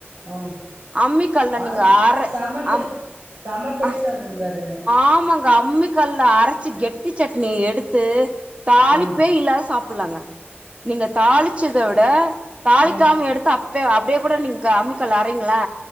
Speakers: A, on the right; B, on the right.
A: ஆ
B: அம்மிக்கல்ல
A: அது
B: நீங்க அற
A: செம டே
B: ஆம்
A: செம டேஸ்ட்டா
B: அ
A: இருக்குங்க அது
B: ஆமாங் கா அம்மிக் கல்ல அரச்சி கெட்டி சட்னி எடுத்து தாளிப்பே
A: ஆ
B: இல்லாத சாப் புல்லாங்க நீங்க தாளிச்சத விட தாளிக்காம
A: ஆ
B: எடுத்து அப் பே அப்டே கூட நீங்கா அம்மிக் கல்ல றிங்ளா